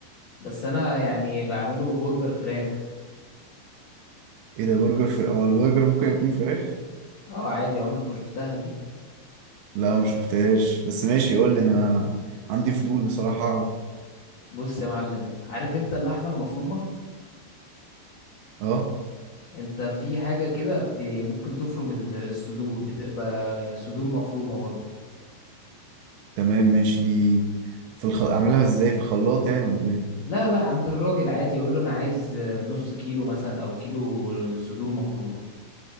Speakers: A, on the left; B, on the right.
A: بس انا يعني بعمله برجر فراخ
B: ايه ده برجر في هو البرجر ممكن يكون فراخ
A: اه عادي عمرك ما شفتها دي
B: لا ما شفتهاش بس ماشي قول لي انا عندي فضول بصراحة اعرف
A: بص يا معلم عارف انت اللحمة المفرومة
B: اه
A: انت في حاجة كده ب- ممكن تفرم ال- الصدور بتبقى صدور مفرومة برضو
B: تمام ماشي دي في الخ... اعملها ازاي في الخلاط يعني ولا ايه
A: لا لا عند الراجل عادي يقول له انا عايز نص كيلو مثلا او كيلو صدور مفرومة